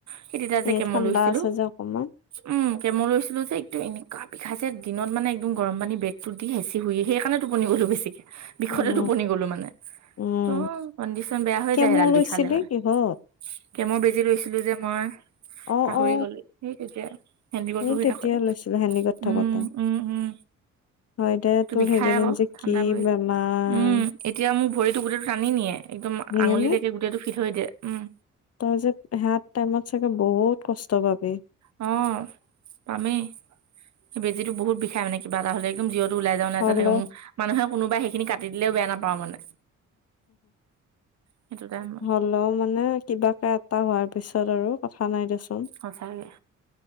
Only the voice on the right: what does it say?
সেই তেতা যে
কেম
লৈছিলো
উম, কেমৰ লৈছিলো যে, একদম এনেকুৱা বিষাইছে দিনত মানে একদম গৰম পানী বেগ টো দি হেচি শুই সেইকাৰণে টোপনি গ'লো বেছিকে বিষতে
টোপনি গলো মানে
ত কণ্ডিশন বেয়া হৈ
যায় সেইডাল
বিষালে মানে
কেমৰ বেজি লৈছিলো যে মই
পাহৰি
গলি সেই তেতিয়া হেন্দিকত
পঢ়ি
থাকোতে
উম, উম, উম,
তো
বিষাই
আকৌ
ঠাণ্ডা
পৰি
উম এতিয়া মোৰ ভৰিতো গোটেইটো টানি নিয়ে একদম
আঙুলিলৈকে
গোটেই টো ফিট হৈ দিয়ে উম।
অ' পামেই সেই বেজীটো বহুত বিষাই মানে। কিবা এটা হলে একদম জীৱটো ওলাই যাওঁ ওলাই
যাওঁ লাগে, মোৰ মানুহে কোনোবাই সেইখিনি কাটি দিলেও বেয়া নাপাওঁ মানে। সেইটো টাইমত
সচাকে।